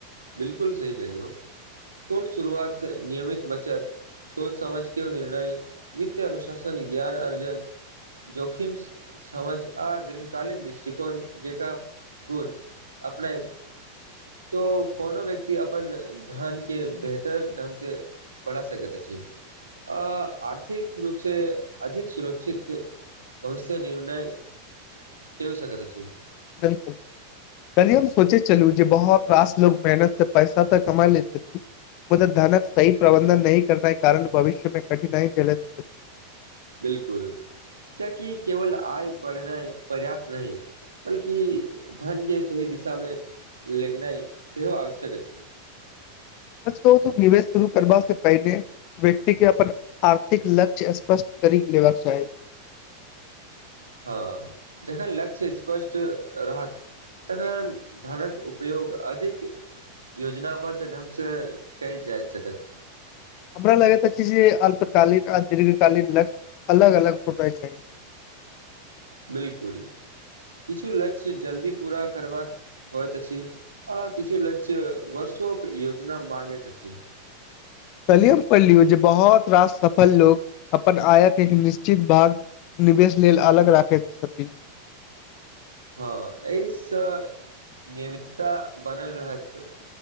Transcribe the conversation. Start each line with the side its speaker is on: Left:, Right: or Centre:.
Right: बिल्कुल सही कह लियौ छोट शुरुआत नियमित बचत सोच समझ केओ निर्णय वित्त अनुशासन ज्ञान अर्जन जोखिम समझ आ दीर्घकालीन दृष्टिकोण जेकाँ गुण अपने तऽ कोनो व्यक्ति अपन धन के बेहतर ढंग से बढ़ा सकैत अछि अ आर्थिक रूपसँ अधिक सुरक्षित भविष्य निर्णय कओ सकैत अछि
Left: बिल्कुल काल्हि हम सोचे छलहु जे बहुत रास लोग मेहनत से पैसा तऽ कमा लै छथिन मुदा धनक सही प्रबन्धन नही करनाइ कारण भविष्य में कठिनाई झैलेत
Right: बिल्कुल कियाकि केवल आय बढ़नाइ पर्याप्त नहि बल्कि धन के सही दिशामे लेगनाइ सेहो आवश्यक अछि
Left: सच कहू तऽ निवेश शुरू करबा से पहिने व्यक्ति के अपन आर्थिक लक्ष्य स्पष्ट करि लेबाक चाही
Right: हँ जखन लक्ष्य स्पष्ट रहत तखन धनक उपयोग अधिक योजनाबद्ध ढंग से कइल जाय सकत
Left: हमरा लगैत आछि जे अल्पकालीन आ दीर्घ कालीन लक्ष्य अलग अलग होना चाहि
Right: बिल्कुल किछु लक्ष्य जल्दी पूरा करबाक होइत अछि आ किछु लक्ष्य वर्षोे योजना माँगैत अछि
Left: काल्हि हम पढ़लू जे बहुत रास सफल लोग अपन आयक एक निश्चित भाग निवेश लेल अलग राखैत छथि
Right: हँ एहिसँ नियमितता बनल रहत